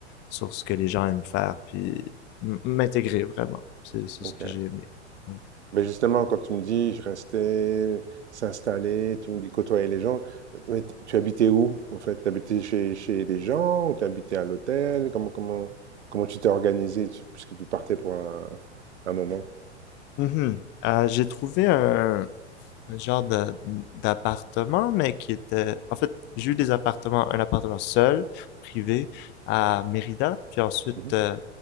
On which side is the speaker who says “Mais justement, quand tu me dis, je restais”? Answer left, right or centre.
Right